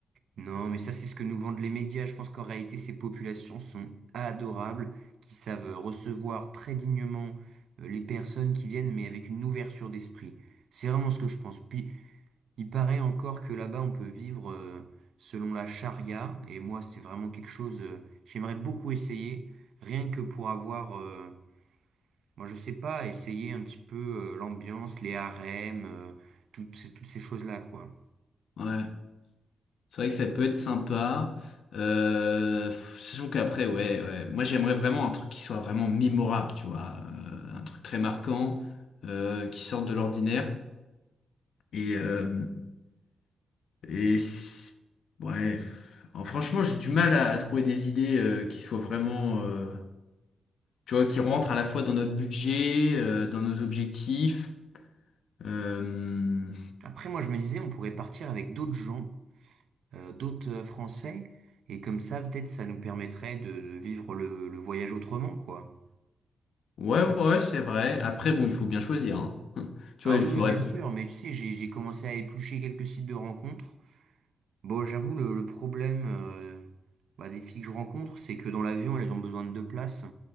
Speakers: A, on the right (about 75°); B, on the left (about 75°).
A: Non, mais ça, c'est ce que nous vendent les médias. Je pense qu'en réalité, ces populations sont adorables, qui savent recevoir très dignement euh, les personnes qui viennent, mais avec une ouverture d'esprit. C'est vraiment ce que je pense. Puis, il paraît encore que là-bas, on peut vivre euh, selon la charia. Et moi, c'est vraiment quelque chose, euh, j'aimerais beaucoup essayer, rien que pour avoir, euh, moi, je sais pas, essayer un petit peu euh, l'ambiance, les harems, euh, toutes ces, toutes ces choses-là, quoi.
B: Ouais, c'est vrai que ça peut être sympa. Euh, pff, surtout qu'après, ouais, ouais. Moi, j'aimerais vraiment un truc qui soit vraiment mémorable, tu vois, euh, un truc très marquant, euh, qui sorte de l'ordinaire. Et, euh, Et c- ouais, Alors, franchement, j'ai du mal à, à trouver des idées euh, qui soient vraiment, euh, tu vois, qui rentrent à la fois dans notre budget, euh, dans nos objectifs. Euh,
A: Après, moi, je me disais, on pourrait partir avec d'autres gens euh, d'autres euh, Français. Et comme ça, peut-être, ça nous permettrait de, de vivre le, le voyage autrement, quoi.
B: Ouais, ouais, c'est vrai. Après, bon, il faut bien choisir, hein. <laughs> Tu
A: Ah
B: vois, il
A: oui,
B: faudrait.
A: oui, bien sûr, mais tu sais, j'ai, j'ai commencé à éplucher quelques sites de rencontres. Bon, j'avoue, le, le problème euh, bah, des filles que je rencontre, c'est que dans l'avion, elles ont besoin de deux places.